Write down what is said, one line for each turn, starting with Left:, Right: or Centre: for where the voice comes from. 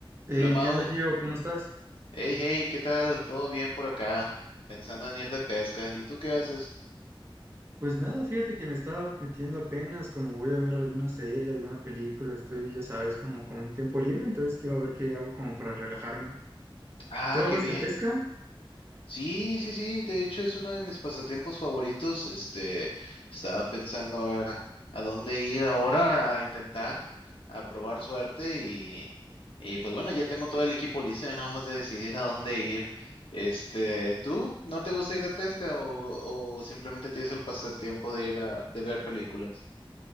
Right: Eh,
Left: Hola Mau,
Right: ¿qué onda, Gio? ¿Cómo estás?
Left: hey hey, ¿qué tal? ¿Todo bien por acá? Pensando en ir de pesca. ¿Y tú qué haces?
Right: Pues nada, fíjate que me estaba metiendo apenas, como voy a ver alguna serie, alguna película, estoy, ya sabes, como con un tiempo libre, entonces quiero ver qué hago como para relajarme.
Left: Ah,
Right: ¿Tú
Left: qué
Right: vas
Left: bien.
Right: de pesca?
Left: Sí, sí, sí, de hecho es uno de mis pasatiempos favoritos. Este, estaba pensando a ver a dónde ir ahora a intentar, a probar suerte y, y pues bueno, ya tengo todo el equipo listo, ya nada más de decidir a dónde ir. Este, ¿tú no te gusta ir de pesca o, o simplemente tienes el pasatiempo de ir a, de ver películas?